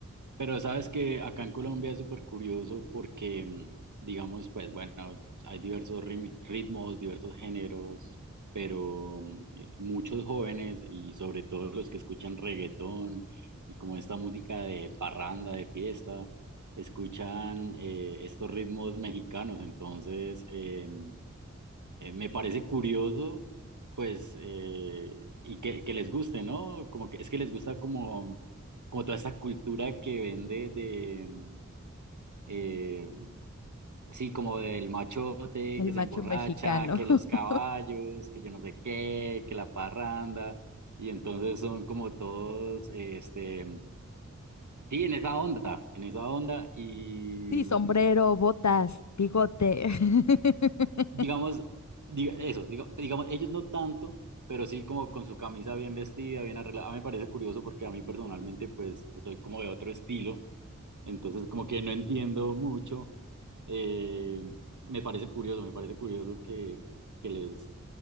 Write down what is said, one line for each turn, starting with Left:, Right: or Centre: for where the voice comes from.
Right: Pero sabes que acá en Colombia es súper curioso porque, mm, digamos, pues bueno, hay diversos rim- ritmos, diversos géneros, pero mm, eh, muchos jóvenes y sobre todo los que escuchan reggaetón y como esta música de parranda, de fiesta, escuchan eh, estos ritmos mexicanos. Entonces, em, eh, me parece curioso, pues, eh, y que, que les guste, ¿no? Como que es que les gusta como, como toda esta cultura que vende de, mm, eh, sí, como del machote,
Left: el
Right: que
Left: macho
Right: se emborracha,
Left: mexicano.
Right: que
Left: <laughs>
Right: los caballos, que yo no sé qué, que la parranda, y entonces son como todos, este, sí, en esa onda, en esa onda, y
Left: Sí, sombrero, botas, bigote. <laughs>
Right: digamos, diga- eso, diga- digamos, ellos no tanto, pero sí como con su camisa bien vestida, bien arreglada. A mí me parece curioso porque a mí personalmente, pues, soy como de otro estilo, entonces como que no entiendo mucho. Eh, me parece curioso, me parece curioso que, que les,